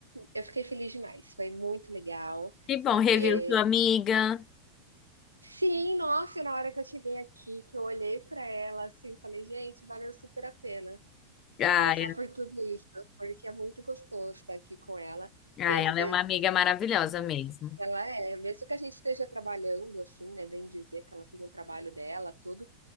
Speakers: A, on the right; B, on the left.
A: eu fiquei feliz demais, foi muito legal.
B: Que bom, reviu
A: Eh
B: sua amiga.
A: Sim, nossa, e na hora que eu cheguei aqui, que eu olhei pra ela, assim, eu falei: "Gente, valeu super a pena
B: Ah,
A: passar por tudo isso", porque é muito gostoso estar aqui com ela,
B: ai
A: mesmo
B: ela
A: que
B: é
A: é,
B: uma amiga maravilhosa mesmo.
A: ela é, mesmo que a gente esteja trabalhando, assim, né, bem dizer que ela tem o trabalho dela, tudo,